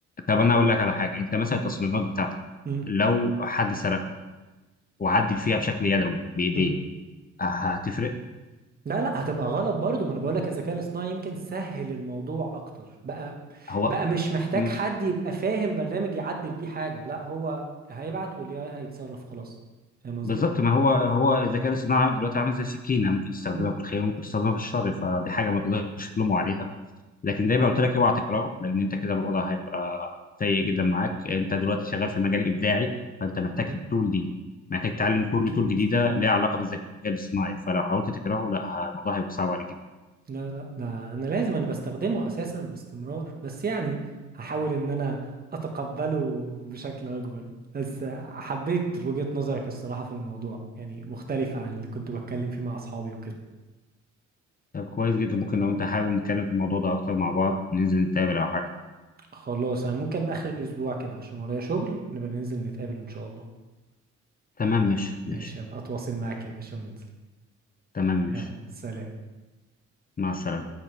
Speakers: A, on the left; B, on the right.
A: طب انا اقول لك على حاجه انت مثلا
B: مم.
A: التصميمات بتاعتك
B: مم.
A: لو حد سرقها وعدل فيها بشكل يدوي بايديه
B: مم.
A: آه، هتفرق
B: لا لا هتبقى غلط برضو ما انا بقول لك الذكاء الاصطناعي يمكن سهل الموضوع اكتر بقى
A: هو
B: بقى مش محتاج
A: مم،
B: حد يبقى فاهم برنامج يعدل بيه حاجة لا هو هيبعت والاي اي هيتصرف وخلاص فاهم قصدي؟
A: بالظبط ما هو هو الذكاء الصناعي دلوقتي عامل زي سكينه ممكن تستخدمها
B: مم.
A: في الخير وممكن تستخدمها في الشر فدي حاجه ما تقدرش تلومه عليها لكن زي ما قلت لك اوعى تكرهه لان انت كده الوضع هيبقى سيء جدا معاك انت دلوقتي شغال في مجال ابداعي فانت محتاج
B: مم.
A: التول دي محتاج تتعلم
B: اكيد
A: كل تول جديده ليها علاقه بالذكاء الاصطناعي فلو حاولت تكرهه لا ه- الموضوع هيبقى صعب عليك جدا
B: لا لا ده انا لازم انا بستخدمه اساسا باستمرار بس يعني هحاول ان انا اتقبله بشكل اكبر بس حبيت وجهة نظرك الصراحة في الموضوع يعني مختلفة عن اللي كنت بتكلم فيه مع اصحابي وكده
A: طب كويس جدا ممكن لو انت حابب نتكلم في الموضوع ده اكتر مع بعض ننزل نتقابل او حاجه
B: خلاص انا ممكن اخر الاسبوع كده عشان ورايا شغل نبقى ننزل نتقابل ان شاء الله
A: تمام ماشي
B: ماشي
A: ماشي
B: هبقى اتواصل معاك يا باشا وننزل
A: تمام ماشي
B: يلا سلام
A: مع السلامه